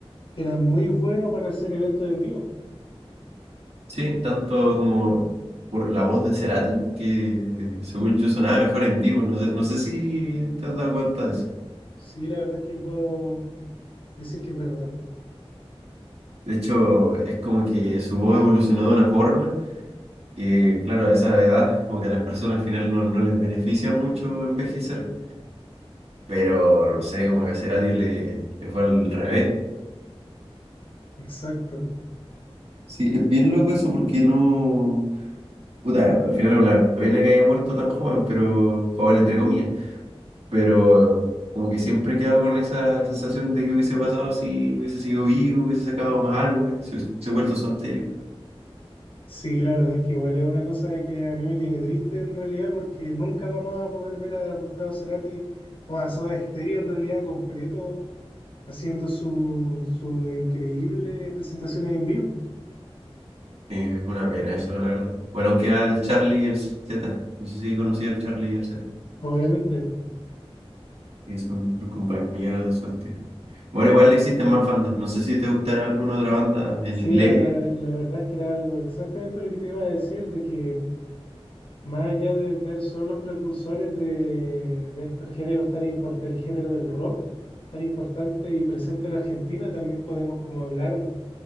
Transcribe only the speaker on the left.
que era muy bueno para hacer eventos en vivo.
Sí, la verdad es que yo puedo decir que es verdad.
Exacto.
Sí, la verdad es que igual es una cosa de que a mí me tiene triste en realidad porque nunca vamos a poder ver a Gustavo Cerati o a Soda Stereo en realidad completo haciendo su- sus increíbles presentaciones en vivo,
obviamente.
Sí,
la, la- la verdad es que era algo exactamente lo que te iba a decir, de que más allá de ver solo los precursores de, de estos géneros tan impor- del género del rock tan importante y presente en Argentina, también podemos como hablar